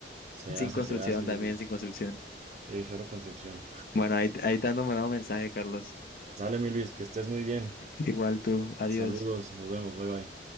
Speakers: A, on the right; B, on the left.
A: Se
B: Sin
A: hace,
B: construcción
A: se hace, mi
B: también,
A: Luis.
B: sin construcción.
A: Sí, cero construcción.
B: Bueno, ahí, ahí te ando mandando mensaje, Carlos.
A: Sale, mi Luis, que estés muy bien.
B: Igual tú, adiós.
A: Saludos, nos vemos, bye bye.